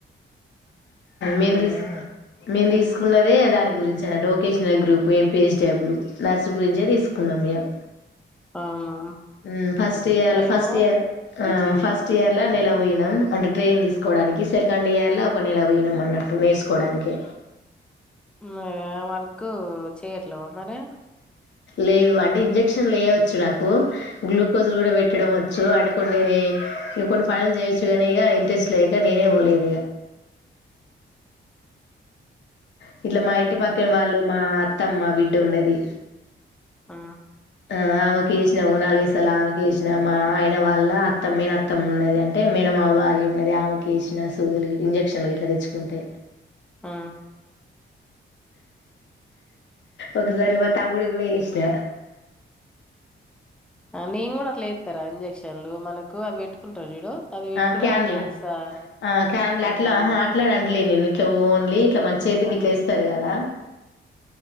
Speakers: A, in the centre; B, on the left.
A: హ్మ్
B: మెస్ మెందస్ తీకున్నదే దానికి గురించి డొకేషనల్ గ్రూప్ ఎంపిహెచ్డబ్ల్యూ నర్స్ గురించే తీసుకున్నం మేము
A: అవును
B: హ్మ్ ఫస్ట్ ఇయర్
A: మేము
B: ఫస్ట్ ఇయర్ ఫస్ట్ ఇయర్ల నెల పోయినాం అంటే ట్రైన్ తీసుకోవడానికి సెకండ్ ఇయర్ల ఒక నెల పోయినాం అన్నట్టు నేర్చుకోవడానికి
A: ఆ మనకు చేయట్ల ఓ మరి
B: లేదు అంటే ఇంజెక్షన్ లేయవచ్చు నాకు గ్లూకోజ్లు కూడా పెట్టడం వచ్చు అంటే కొన్ని ఇ కొన్ని పనులు చేయొచ్చు కానీ ఇగ ఇంట్రెస్ట్ లేక నేనే పోలేదు ఇగ ఇట్ల మా ఇంటి పక్కయ
A: ఆ
B: వాళ్ళు మా అ త్తమ్మ బిడ్డ ఉన్నది
A: ఆ
B: ఆ ఆమెకి వేసిన ఒక నాలుగైదు సార్ల ఆమెకి వేసిన మా ఆయిన వాళ్ళ అత్త మేన అత్తమ్మ ఉన్నది అంటే మేన మామ భార్య ఉన్నది ఆమెకి వేసిన సూదులు గ ఇంజక్షన్లు గిట్ల తెచ్చుకుంటే
A: ఆ
B: ఒగసారి మా త మ్ముడి కూడ ఏషిన
A: ఆ నేను కూడ అట్లెత్తరా ఇంజక్షన్లు మనకు అవి ఎట్టుకుంటరు చూడు అది పెట్టుకున్న
B: ఆ క్యాన్ల
A: దాంట్లో ఎస్తా
B: ఆ క్యాన్ల
A: హ్మ్
B: అట్ల ఆహా అట్లనంటలేను నేను ఇట్ల ఓన్లీ ఇట్ల మన చేతికి గిట్ల ఎస్తరు కదా